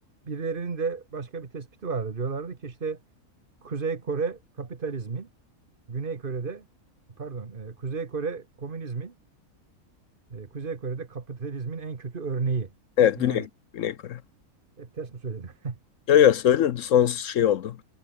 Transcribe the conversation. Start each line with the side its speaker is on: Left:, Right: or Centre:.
Right: Birilerinin de başka bir tespiti vardı. Diyorlardı ki işte Kuzey Kore kapitalizmin, Güney Kore'de pardon e, Kuzey Kore komünizmin, e, Kuzey Kore'de kapitalizmin en kötü örneği.
Left: Evet
Right: Yani
Left: Güney, Güney Kore.
Right: hep ters mi söyledim? <laughs>
Left: Yok yok, söyledim son şey oldu.